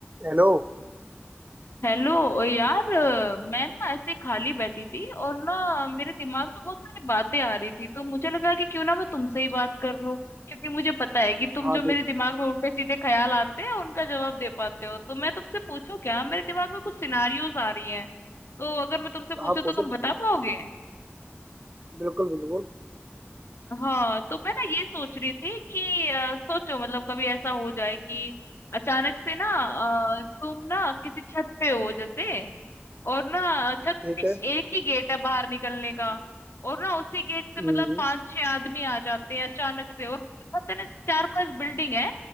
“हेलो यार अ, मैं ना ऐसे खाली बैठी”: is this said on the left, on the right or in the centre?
Left